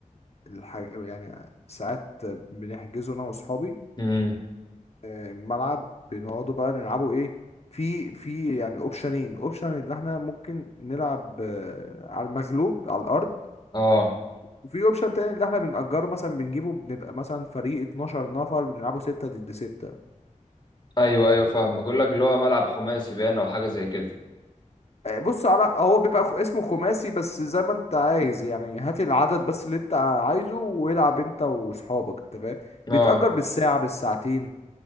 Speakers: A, on the left; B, on the left.
A: الحاج... يعني ساعات بنحجزه انا واصحابي
B: امم
A: آه، ملعب بنقعدوا بقى نلعبوا ايه في في يعني اوبشنين اوبشن اللي احنا ممكن نلعب آه، على المغلوب على الارض
B: اه
A: وفي اوبشن تاني اللي احنا بنأجره مثلا بنجيبه بنبقى مثلا فريق 12 نفر بنلعبه 6 ضد 6
B: ايوه ايوه فاهم بقول لك اللي هو ملعب خماسي باين او حاجه زي كده
A: بص على هو بيبقى خ- اسمه خماسي بس زي ما انت عايز يعني هات العدد بس اللي انت عايزه والعب انت واصحابك انت فاهم
B: اه
A: بيتأجر بالساعة بالساعتين